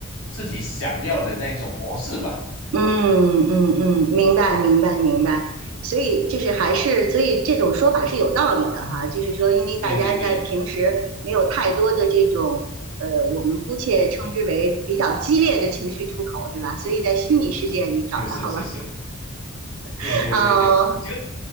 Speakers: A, on the left; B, on the right.
A: 自己想要的那种模式吧。
B: 嗯嗯嗯，明白明白明白，所以就是还是，所以这种说法是有道理的哈，就是说，因为大家在平时没有太多的这种呃，
A: 对对对，
B: 我们姑且称之为比较激烈的情绪出口，对吧？所以在虚拟世界里找到了，
A: 是是是是，
B: <laughs>
A: 对对对对，
B: 啊，
A: 就